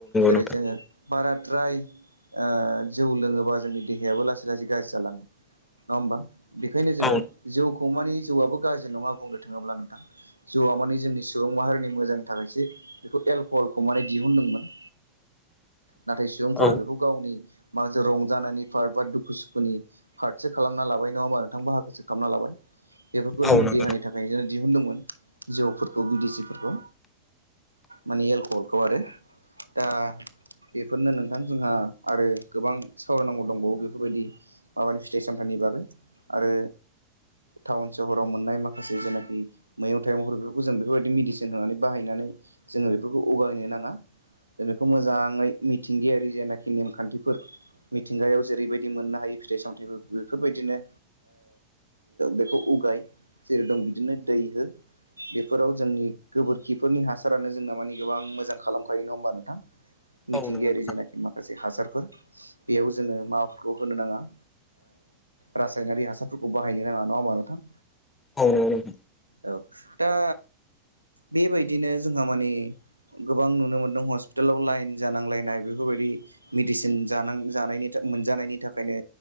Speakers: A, on the right (about 80°); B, on the left (about 15°).
A: जेरै
B: नोंथां
A: जोङो बाराद्राय ओ जौ लोङोबा जोंनि देहायाबो लासै-लासै गाज्रि जालाङो नङा होमबा बेखायनो जोङो
B: औ
A: जौखौ मानि जौआबो गाज्रि नङा बुंनो थाङोब्ला नोंथां। जौआ माने जोंनि सुबुं माहारिनि मोजांनि थाखायसो बेखौ एलक'हलखौ माने दिहुनदोंमोन।
B: <inaudible>
A: नाथाय सुबुंफोरा
B: औ
A: बेखौ गावनि माखासे रंजानायनि पार बा दुखु सु खुनि पार्टसो खालामना लाबाय नङा होमा नोंथां बाहागोसो खालामना लाबाय बेफोरखौ
B: औ
A: जोंनि
B: नंगौ
A: देहानि था खायसो दिहुनदोंमोन जौफोरखौ बिदिसिफोरखौ। माने एलक'हलखौ आरो दा बेफोरनो नोंथां जोंहा आरो गोबां सावरायनांगौ दंबावो बेफोरबायदि माबानि फिथाइ सामथाइनि बागै आरो टाउन सहराव मोननाय माखासे जेनाखि मैगं थाइगंफोर बेफोरखौ जों बेफोरबायदि मेडिसिन होनानै बाहायनानै जोङो बेफोरखौ उगायनो नाङा जों बेखौ मोजाङै मिथिंगायारि जेनाखि नेमखान्थिफोर मिथिंगायाव जेरैबायदि मोननो हायो फिथाइ सामथाइफोर बेफोरबायदिनो बेखौ उगाय जेरै दं बिदिनो दै हो बेफोराव जोंनि गोबोरखिफोरनि हासारानो जोंना माने गोबां मोजां खालामखायो नङा होमबा नोंथां मिथिंगायारि
B: औ नंगौ
A: जेनाखि माखासे हासारफोर बेयाव जोङो माबाफोरखौ होनो नाङा रासायनारि हासारफोरखौ बाहायनो नाङा नङा होमबा नोंथां
B: औ नंगौ
A: औ दा बेबायदिनो जोंहा माने गोबां नुनो मोन्दों हस्पितालाव लाइन जानांलायनाय बेफोरबायदि मेडिसिन जानां जानायनि मोनजानायनि थाखायनो